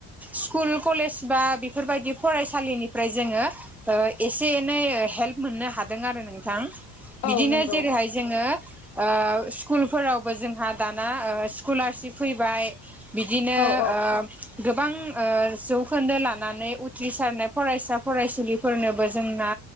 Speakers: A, in the centre; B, on the left.
A: स्कुल कलेज बा बेफोरबायदि फरायसालिनिफ्राय जोङो ओ एसे एनै हेल्प मोननो हादों आरो नोंथां बिदिनो
B: औ नंगौ
A: जेरैहाय जोङो ओ स्कुलफोरावबो जोंहा दाना स्कलारशिप फैबाय बिदिनो
B: औ औ
A: ओ गोबां ओ जौखोन्दो लानानै उथ्रिसारनाय फरायसा फरायसुलिफोरनोबो जोंना